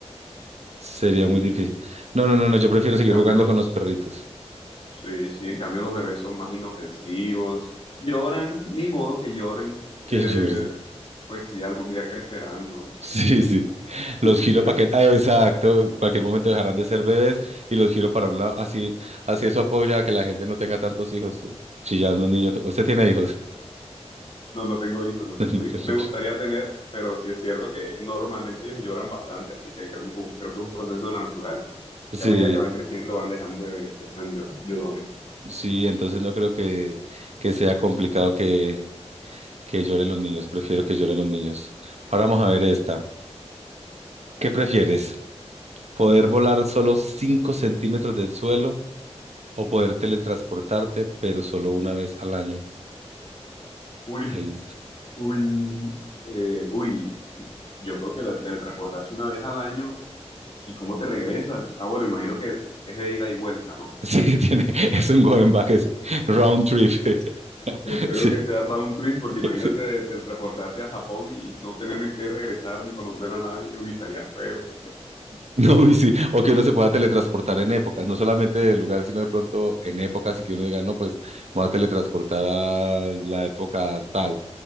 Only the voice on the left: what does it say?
Sí,
en
cambio
los...
Sí, sí, en cambio los bebés son más inofensivos, lloran, ni modo que lloren,
eh,
pues sí, algún día crecerán, ¿no?
<laughs>
No, no tengo hijos, no tengo
hijos. Me gustaría tener, pero sí es cierto que normalmente ellos lloran bastante, así que creo, creo que es un proceso natural.
Y a medida que van creciendo van dejando de ser tan llor- llorones.
A ver,
uy,
uy, eh, uy, yo creo que la teletransportarse una vez al año y cómo te regresas. Ah, bueno, imagino que es de ida y vuelta, ¿no?
Espero
que sea round trip, porque imagínate
teleportarte a Japón y no tener en qué regresar ni conocer a nadie, uy, estaría feo.